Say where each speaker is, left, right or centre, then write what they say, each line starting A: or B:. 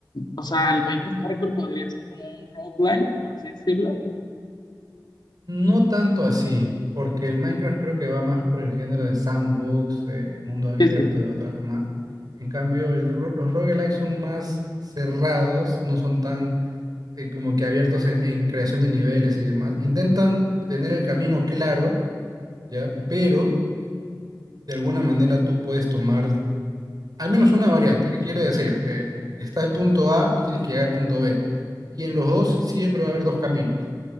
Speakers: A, on the left (about 85°); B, on the right (about 60°).
A: O sea, el Minecraft hardcore podría ser como un roguelike, por así decirlo.
B: No tanto así, porque el Minecraft creo que va más por el género de sandbox, eh, mundo abierto
A: Sí, sí,
B: y otras demás. En cambio, el ro- los roguelikes son más cerrados, no son tan eh, como que abiertos en, en creación de niveles y demás. Intentan tener el camino claro, ¿ya? Pero de alguna manera tú puedes tomar al menos una variante. ¿Qué quiere decir? Eh, está el punto A y tienes que llegar al punto B. Y en los dos siempre va a haber dos caminos.